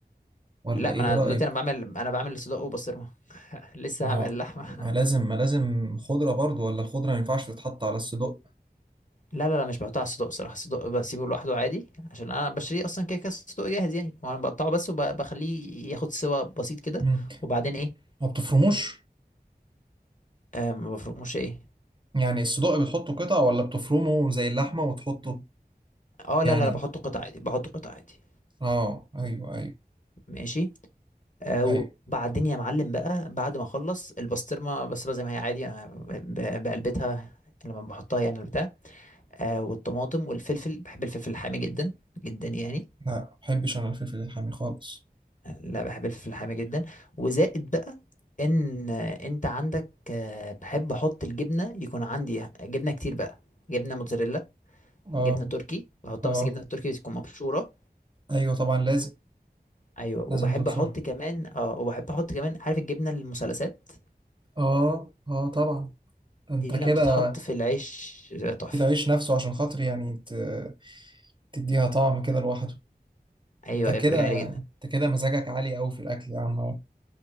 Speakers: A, on the right; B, on the left.
A: ولا
B: لا
A: ايه
B: ما انا
A: رايك
B: دلوقتي انا بعمل انا بعمل صدق وبسطرمه <laughs> لسه
A: ما
B: هعمل
A: هو
B: اللحمه
A: ما لازم
B: <laughs>
A: ما لازم خضره برضو ولا الخضره ما ينفعش تتحط على الصدق
B: لا لا لا مش بحطها على الصدق صراحه الصدق بسيبه لوحده عادي عشان انا بشتريه اصلا كده كده الصدق جاهز يعني وانا بقطعه بس وبخليه ياخد سوا بسيط كده
A: مم.
B: وبعدين ايه
A: ما بتفرموش
B: آه ما بفرموش ايه
A: يعني الصدوق بتحطه قطع ولا بتفرمه زي اللحمة وتحطه
B: اه لا
A: يعني
B: لا لا بحطه قطع عادي بحطه قطع عادي
A: اه ايوه ايوه
B: ماشي آه،
A: ايوه
B: وبعدين يا معلم بقى بعد ما اخلص البسطرمه بسطرمه زي ما هي عادي انا ب- بقلبتها لما بحطها يعني البتاع آه، والطماطم والفلفل بحب الفلفل الحامي جدا جدا يعني
A: لا ما بحبش انا الفلفل الحامي خالص
B: آه، لا بحب الفلفل الحامي جدا وزائد بقى ان آه، انت عندك آه، بحب احط الجبنه يكون عندي جبنه كتير بقى جبنه موتزاريلا جبنه
A: اه
B: تركي بحطها
A: اه
B: بس جبنه تركي بتكون مبشوره
A: ايوه طبعا لازم
B: ايوه
A: لازم
B: وبحب
A: تبشرها
B: احط كمان اه وبحب احط كمان عارف الجبنه المثلثات
A: اه اه طبعا ده انت
B: دي
A: كده
B: لما بتتحط في العيش تحفه
A: العيش نفسه عشان خاطر يعني ت- تديها طعم كده لوحده
B: ايوه
A: انت
B: ايوه
A: كده
B: بتبقى جميله جدا
A: انت كده مزاجك عالي قوي في الاكل يا عم اهو